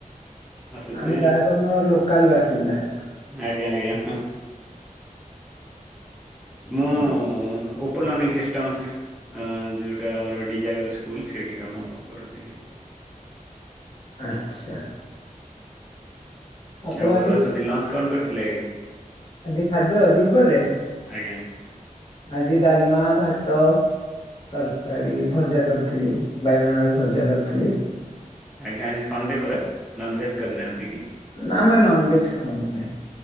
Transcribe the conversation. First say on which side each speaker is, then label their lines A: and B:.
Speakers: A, in the centre; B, on the left.
A: ଆସୁଛି
B: ଆମେ ଗାଡକନ୍ ର ଲୋକାଲ୍ ବାସିନ୍ଦା।
A: ଆଜ୍ଞା, ଆଜ୍ଞା, ହଁ, ମୁଁ
B: ଆ ଚ୍
A: ହୁଁ ଓପନ୍ ଲନିଂ ସିଷ୍ଟମ୍ସ୍। ଅ ଯୋଉଟା ଆମର ଡିଜାଇବଲ୍ ସ୍କୁଲ୍ ସେଇଠି କାମ କରୁଚି।
B: ଆଚ୍ଛା। ଆପଣ
A: ଆଉ ଭଲ
B: ଆଜି
A: ଅଛନ୍ତି ଲଞ୍ଚ୍ କଣ କରିଥିଲେ ଆଜ୍ଞା?
B: ଆଜି ଖାଦ୍ୟ ଦିପହରେ
A: ଆଜ୍ଞା।
B: ଆଜି ଡାଲ୍ମା ଭାତ ତରକାରୀ ଭଜା କରିଥିଲି ବାଇଗଣ ଆଳୁ ଭଜା କରିଥିଲି।
A: ଆଜ୍ଞା ଆଜି ସଣ୍ଡେ ପରା ନନ୍ଭେଜ୍ କରିନାହାନ୍ତି କି?
B: ନା ଆମେ ନନଭେଜ ଖାଉନୁ ଭାଇ